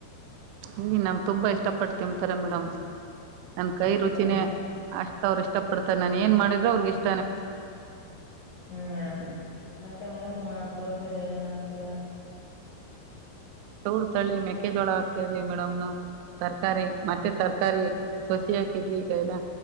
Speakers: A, on the right; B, on the left.
A: ಇಲ್ಲಿ ನಮ್ ತುಂಬಾ ಇಷ್ಟಪಟ್ಟು ತಿನ್ತಾರೆ ಮೇಡಮ್ ನನ್ ಕೈ ರುಚಿನೇ
B: ಹ
A: ಅಷ್ಟ ಅವ್ರ ಇಷ್ಟ ಪಡ್ತಾರೆ ನನ್ ಏನ್ ಮಾಡಿದ್ರ ಅವ್ರಗಿಷ್ಟ.
B: ಹ್ಮ್ ಮೇಡಮ್ ಮತ್ತೆ ಮೇಡಮ್. ತೋಟದಲ್ಲಿ ಏನೇನ್ ಆಕ್ತೀರಾ.
A: ತೋಟದಲ್ಲಿ ಮೆಕ್ಕೆಜೋಳ ಹಾಕತೀವಿ. ಮೇಡಮ್ ನಮ್ಗ್ ತರಕಾರಿ. ಮತ್ತೆ ತರಕಾರಿ ಸಸಿ ಹಾಕಿದ್ವಿ ಈಗೆಲ್ಲಾ